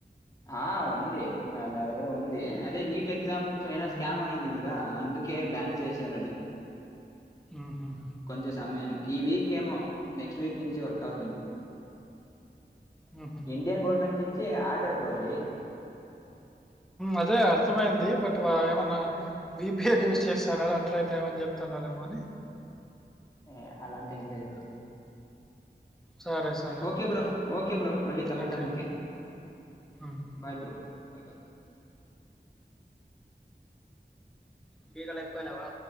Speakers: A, on the left (about 20°); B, in the centre.
A: ఆ ఉంది నా దగ్గర ఉంది అదే నీట్ ఎక్జామ్స్ ఏ
B: ఉమ్,
A: స్కామ్ అయింది ఇ ద అందుకే బ్యాన్ చేశారు అది
B: ఆ
A: కొంచెం సమయం ఈ వీక్ ఏమో నెక్స్ట్ వీక్ నుంచి వర్క్ అవుతుంది
B: ఉహు.
A: ఇండియన్ గవర్నమెంట్ నుంచి ఆర్డర్ బ్రో అది
B: అదే అర్థమైంది బట్ ఏమన్నా విపిఐ న్యూస్ చేస్తున్నారు ఆ అట్లా ఇట్లా ఏమని చెప్తున్నార మ
A: ఏ అలాంటి ఏం లేదు
B: సరే సరే
A: ఓకే బ్రో ఓకే బ్రో మళ్ళీ కలుద్దాము
B: ఓకే
A: కె
B: ఉమ్.
A: బాయ్ బ్రో బాయ్ బాయ్
B: తీగలు ఎక్కువనావా